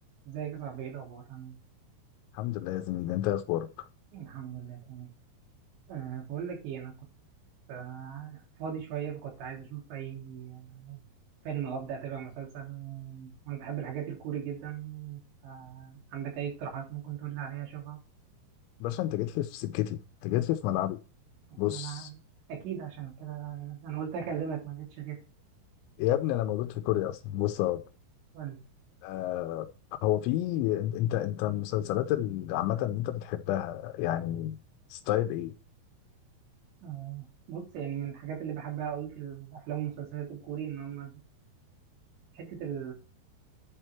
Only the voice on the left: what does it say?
الحمد لله يا زميلي انت ايه اخبارك
باشا انت جيت لي في سكتي انت جيت لي في ملعبي بص
يا ابني انا مولود في كوريا اصلا بص اهو
آه هو في انت انت انت المسلسلات اللي عامه اللي انت بتحبها يعني ستايل ايه